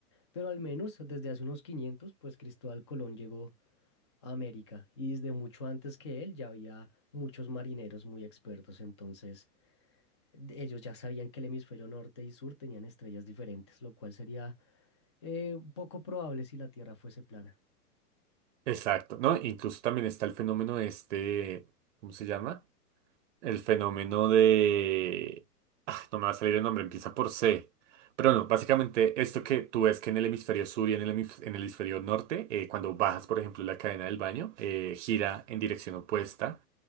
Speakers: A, on the left (about 20°); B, on the right (about 50°).
A: pero al menos desde hace unos 500 pues Cristóbal Colón llegó a América y desde mucho antes que él ya había muchos marineros muy expertos, entonces de- ellos ya sabían que el hemisferio norte y sur tenían estrellas diferentes, lo cual sería eh, poco probable si la Tierra fuese plana.
B: Exacto, ¿no? Incluso también está el fenómeno de este, ¿cómo se llama? El fenómeno de... Ah, no me va a salir el nombre, empieza por C. Pero no, básicamente esto que tú ves que en el hemisferio sur y en el, hemis- en el hemisferio norte, eh, cuando bajas, por ejemplo, la cadena del baño, eh, gira en dirección opuesta